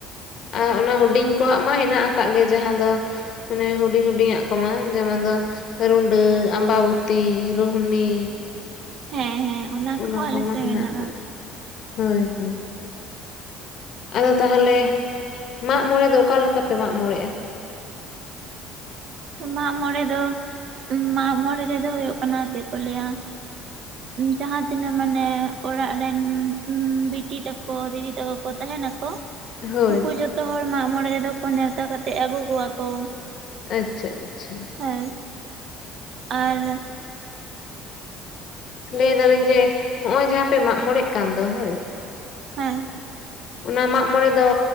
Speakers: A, on the left; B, on the right.
A: ᱟᱨ ᱚᱱᱟ ᱦᱩᱰᱤᱧ ᱠᱚᱣᱟᱜ ᱢᱟ ᱦᱮᱱᱟᱜ ᱟᱠᱟᱫ ᱜᱮ ᱡᱟᱦᱟᱸ ᱫᱚᱼᱼᱼ ᱢᱟᱱᱮ ᱦᱩᱰᱤᱧ ᱦᱩᱰᱤᱧ ᱟᱜ ᱠᱚᱢᱟ ᱡᱮᱢᱚᱱ ᱫᱚᱼᱼᱼ ᱨᱩᱰᱟᱹ, ᱟᱢᱵᱟᱵᱚᱛᱤ, ᱨᱳᱦᱱᱤ,
B: ᱦᱮᱸ ᱦᱮᱸ
A: ᱚᱱᱟ
B: ᱠᱚᱦᱚᱸ ᱟᱞᱮ
A: ᱠᱚᱢᱟ
B: ᱥᱮᱫ
A: ᱦᱮᱱᱟᱜ
B: ᱢᱮᱱᱟᱜᱼᱟ
A: ᱟᱠᱟᱜ ᱜᱮᱭᱟ ᱦᱳᱭ ᱦᱳᱭ᱾ ᱟᱫᱚ ᱛᱟᱦᱚᱞᱮ ᱢᱟᱜ ᱢᱚᱬᱮ ᱫᱚ ᱚᱠᱟ ᱞᱮᱠᱟ ᱯᱮ ᱢᱟᱜᱽ ᱢᱚᱬᱮᱜᱼᱟ᱾
B: ᱢᱟᱜᱽ ᱢᱚᱬᱮ ᱫᱚ ᱢᱟᱜᱽ ᱢᱚᱬᱮ ᱨᱮᱫᱚ ᱦᱳᱭᱳᱜ ᱠᱟᱱᱟ ᱪᱮᱫ ᱠᱚ ᱞᱟᱹᱭᱟ
A: <unintelligible>
B: ᱡᱟᱦᱟᱸ ᱛᱤᱱᱟᱹᱜ ᱢᱟᱱᱮ ᱚᱲᱟᱜ ᱨᱮᱱ ᱵᱤᱴᱤ ᱛᱟᱠᱚ ᱫᱤᱫᱤ ᱛᱟᱠᱚ ᱠᱚ ᱛᱟᱦᱮᱱᱟ ᱠᱚ᱾
A: ᱦᱳᱭ
B: ᱩᱱᱠᱩ ᱡᱚᱛᱚ ᱦᱚᱲ ᱢᱟᱜ ᱢᱚᱬᱮ ᱨᱮᱫᱚ ᱠᱚ ᱱᱮᱣᱛᱟ ᱠᱟᱛᱮ ᱟᱹᱜᱩ ᱠᱚᱣᱟ ᱠᱚ᱾
A: ᱟᱪᱪᱷᱟ ᱟᱪᱪᱷᱟ
B: ᱦᱮᱸ ᱟᱨ
A: ᱞᱟᱹᱭ ᱫᱟᱞᱤᱧ ᱡᱮ ᱦᱚᱜᱚᱭ ᱡᱟᱦᱟᱸ ᱯᱮ ᱢᱟᱜ ᱢᱚᱬᱮᱜ ᱠᱟᱱ ᱫᱚ ᱦᱳᱭᱼᱼᱼ
B: ᱦᱮᱸ
A: ᱚᱱᱟ ᱢᱟᱜ ᱢᱚᱲᱮ ᱫᱚ